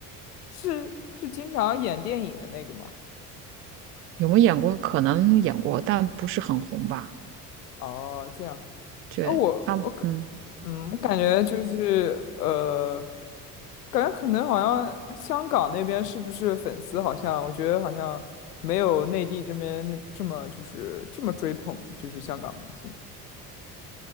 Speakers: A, on the left; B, on the right.
A: 是是经常演电影的那个吗？
B: 有没有演过？可能演过，但不是很红吧。
A: 哦，这样
B: 对，
A: 啊，我我感，
B: 他们，嗯，
A: 嗯，我感觉就是呃，感觉可能好像香港那边是不是粉丝好像，我觉得好像没有内地这边那这么就是这么追捧，就是香港明星。